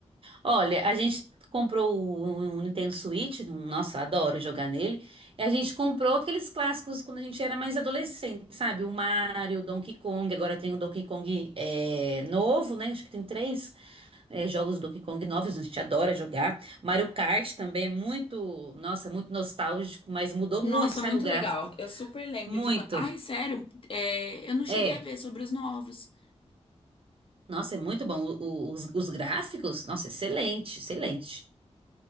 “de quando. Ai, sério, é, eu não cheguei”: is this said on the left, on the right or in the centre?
Left